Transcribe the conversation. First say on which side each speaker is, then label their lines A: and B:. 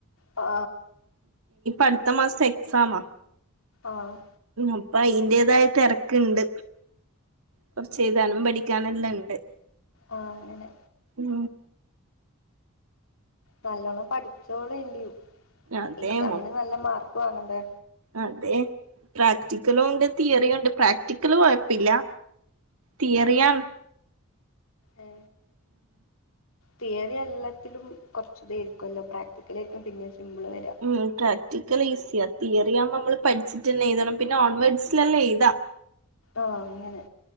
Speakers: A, on the left; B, on the right.
A: ആ
B: അടുത്ത മാസത്തെ എക്സാാം ആ
A: ആ
B: അപ്പൊ അയിന്റതായ തിരക്കുണ്ട് കുറച്ച് എഴുതാനും പഠിക്കാനും എല്ലാംണ്ട് ഉണ്ട്
A: ആ അനെ
B: ഉം
A: നല്ലോണം പഠിച്ചോള ഇല്ല
B: അതെ
A: എക്സാമിന്
B: മൊ
A: നല്ല മാർക്ക് വാങ്ങണ്ടേ
B: അതെ പ്രാക്ടിക്കലും ഉണ്ട് തിയറിയ ഉണ്ട് പ്രാക്ടിക്കല് കുഴപ്പില്ല തീറിയൻ
A: ഏ തീയറി എല്ലാത്തിലും കൊറച്ച് തായിരിക്കുമല്ലോ പ്രാക്ടിക്കലായിയിരിക്കും പിന്നെ സിമ്പിള് വരാ
B: ഉം പ്രാക്ടിക്കൽ ഈസിയ തിയറി ആകുമ്പോൾ നമ്മള് പഠിച്ചിട്ടന്നെ എഴതണം പിന്നെ ഓൺവേഡ്സിലല്ല എഴുതാ
A: ആഹ അങ്ങനെ